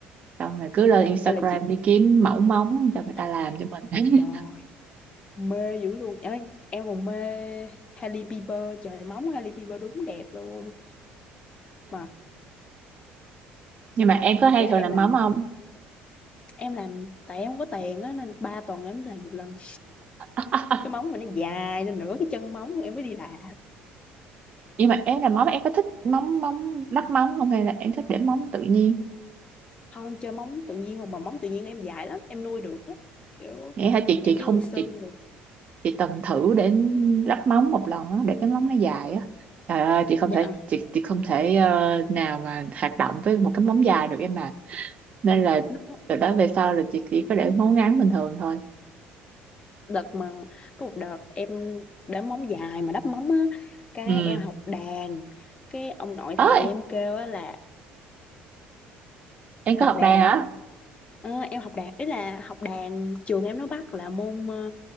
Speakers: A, on the right; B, on the left.
A: xong rồi cứ lên Instagram
B: đây là chị
A: đi kiếm mẫu móng cho người ta
B: ăn
A: làm cho mình <laughs>
B: trời mê dữ luôn Ê, em còn mê Hailey Bieber trời móng Hailey Bieber đúng đẹp luôn mà
A: nhưng mà em có
B: mà
A: hay
B: kiểu
A: thường
B: em
A: làm
B: làm
A: móng không
B: em làm tại em không có tiền á nên ba tuần em làm một lần
A: <laughs>
B: cái móng mình nó dài lên nửa cái chân móng em mới đi làm
A: nhưng mà em làm móng em có thích móng móng lắp móng không hay là em thích để móng tự nhiên
B: không chơi móng tự nhiên mà móng tự nhiên em dài lắm em nuôi được á kiểu
A: nghĩa hả chị
B: em
A: chị không
B: chỉ cần sơn
A: chị
B: được
A: chị từng thử để lắp móng một lần á, để cái móng nó dài á trời ơi chị không
B: dạ
A: thể chị chị không thể ờ, nào mà hoạt động với một cái móng dài được em ạ nên là
B: nó
A: từ đó về sau là chị chỉ có để ngấu ngán bình thường thôi
B: đợt mà có một đợt em để móng dài mà đắp móng á cái
A: ừ
B: em học đàn cái ông nội
A: ơi
B: thầy em kêu á là
A: em
B: Thầy
A: có học
B: học đàn
A: đàn hả
B: Ờ, em học đàn ý là học đàn trường em nó bắt là môn ờ,